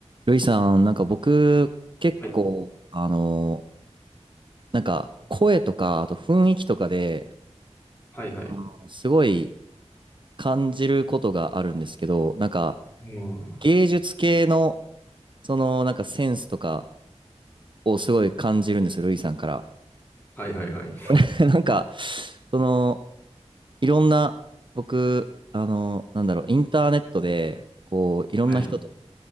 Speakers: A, on the right; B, on the left.
A: ルイさん、なんか僕、結構、
B: はい。
A: あの、なんか声とか、あと雰囲気とかで、
B: はいはい。
A: あのすごい感じることがあるんですけど、なんか
B: うん。は
A: 芸術系の、その、なんかセンスとかをすごい感じるんですよ、ルイさんから。
B: いはいはい。
A: <laughs> なんか、その、いろんな、僕、あの、なんだろう、インターネットで、こう、いろんな人と
B: はい。